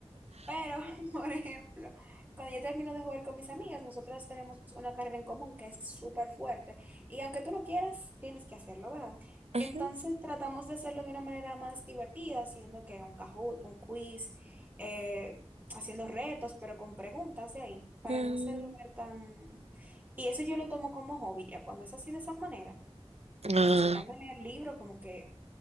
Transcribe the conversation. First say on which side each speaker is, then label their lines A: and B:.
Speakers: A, on the right; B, on the right.
A: Pero, <laughs> por ejemplo, cuando yo termino de jugar con mis amigas, nosotras tenemos una carrera en común que es súper fuerte. Y aunque tú no quieras, tienes que hacerlo, ¿verdad?
B: Ujú,
A: Entonces tratamos de hacerlo de una manera más divertida, haciendo que un Kahoot, un quiz, eh, haciendo retos, pero con preguntas de ahí, para
B: mm,
A: no hacerlo ver tan... Y eso yo lo tomo como hobby ya, cuando es así de esa manera, porque
B: ah,
A: sentarme a leer libros como que,